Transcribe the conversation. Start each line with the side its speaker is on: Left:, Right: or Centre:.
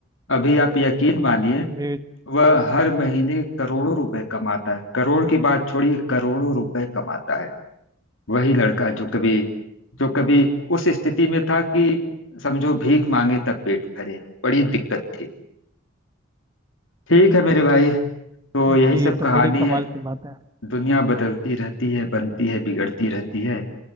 Left: अभी आप यकीन मानिए
Right: जी
Left: वह हर महीने करोड़ों रुपए कमाता है करोड़ की बात छोड़िए करोड़ों रुपए कमाता है वही लड़का जो कभी जो कभी उस स्थिति में था कि समझो भीख मांगे तब पेट भरे बड़ी दिक्कत थी ठीक है मेरे भाई तो यही
Right: जी
Left: सब
Right: ये
Left: कहानी
Right: तो बड़ी कमाल
Left: है
Right: की बात है
Left: दुनिया बदलती रहती है बनती है बिगड़ती रहती है